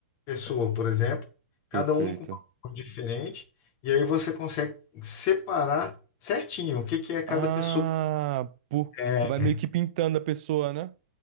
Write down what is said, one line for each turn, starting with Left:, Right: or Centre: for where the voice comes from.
Left: pessoa, por exemplo, cada
Right: Perfeito.
Left: um com uma cor diferente, e aí você consegue separar certinho o que que é cada
Right: Ah,
Left: pessoa.
Right: pô,
Left: É,
Right: vai meio que pintando a pessoa, né?